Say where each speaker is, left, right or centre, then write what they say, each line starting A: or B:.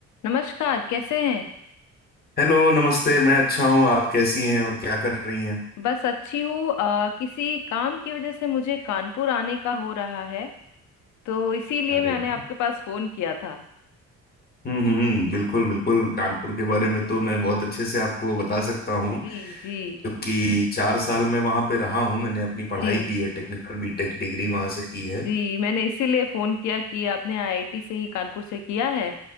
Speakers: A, on the left; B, on the left.
A: नमस्कार कैसे हैं
B: हेलो नमस्ते मैं अच्छा हूँ आप कैसी हैं और क्या कर रही हैं
A: बस अच्छी हूँ अ, किसी काम की वजह से मुझे कानपुर आने का हो रहा है तो इसीलिए
B: अरे
A: मैंने
B: वाह
A: आपके पास फोन किया था
B: हम्म हम्म बिल्कुल बिल्कुल कानपुर के बारे में तो मैं बहुत अच्छे से आपको बता सकता हूँ
A: जी जी
B: क्योंकि चार साल मैं वहाँ पे रहा हूँ मैंने अपनी
A: जी
B: पढ़ाई की है टेक्निकल बीटेक डिग्री वहाँ से की है
A: जी मैंने इसीलिए फोन किया कि आपने आईआईटी से ही कानपुर से किया है